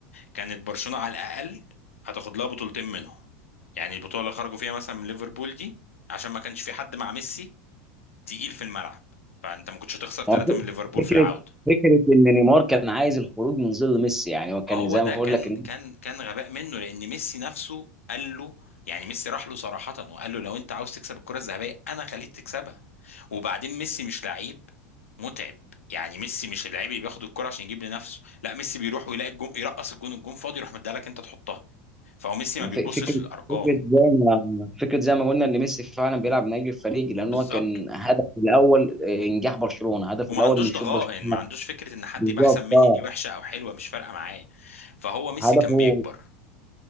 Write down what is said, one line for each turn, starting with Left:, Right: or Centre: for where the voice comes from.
Left: كانت برشلونة على الاقل هتاخد لها بطولتين منهم يعني البطولة اللي خرجوا فيها مثلا من ليفربول دي عشان ما كانش في حد مع ميسي تقيل في الملعب فانت ما كنتش هتخسر ثلاثة
Centre: هو
Left: من ليفربول
Centre: فكره
Left: في العودة
Centre: فكره ان نيمار كان عايز الخروج من ظل ميسي يعني هو كان
Left: هو
Centre: زي
Left: ده
Centre: ما بقول
Left: كان
Centre: لك
Left: كان كان غباء منه لان ميسي نفسه قال له يعني ميسي راح له صراحة وقال له لو انت عاوز تكسب الكرة الذهبية انا خليك تكسبها وبعدين ميسي مش لعيب متعب يعني ميسي مش اللعيب اللي بياخد الكرة عشان يجيب لنفسه لا ميسي بيروح ويلاقي الجون يرقص الجون الجون فاضي يروح مديها لك انت تحطها فهو ميسي
Centre: يعني
Left: ما بيبصش
Centre: ف- فكرة
Left: للارقام
Centre: فكرة زي ما فكرة زي ما قلنا ان ميسي فعلا بيلعب من اجل الفريق لان
Left: بالظبط
Centre: هو كان هدفه الاول آه، انجاح برشلونة هدفه
Left: وما
Centre: الاول
Left: عندوش
Centre: انه يشوف
Left: ضغائن
Centre: برشلونة
Left: ما عندوش فكرة ان حد
Centre: بالظبط
Left: يبقى احسن مني
Centre: اه
Left: دي وحشة او حلوة مش فارقة معاه فهو ميسي
Centre: هدفه
Left: كان بيكبر